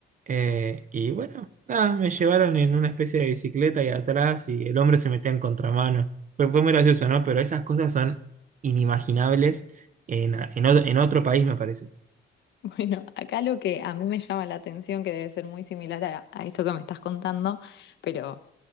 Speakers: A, on the right; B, on the left.
A: Eh, y bueno. Nada, me llevaron en una especie de bicicleta y atrás y el hombre se metía en contramano. Fue, fue muy gracioso, ¿no? Pero esas cosas son inimaginables en, en otro, en otro país, me parece.
B: Bueno, acá lo que a mí me llama la atención, que debe ser muy similar a, a esto que me estás contando, pero